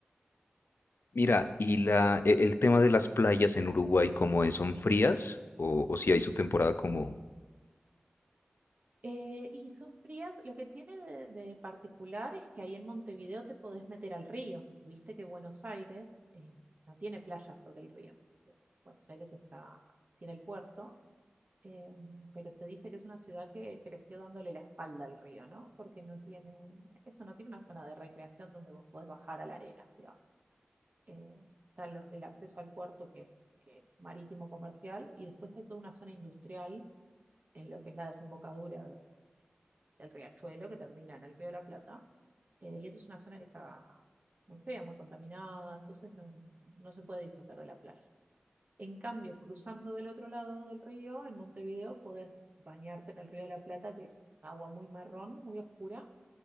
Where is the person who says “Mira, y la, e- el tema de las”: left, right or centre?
Left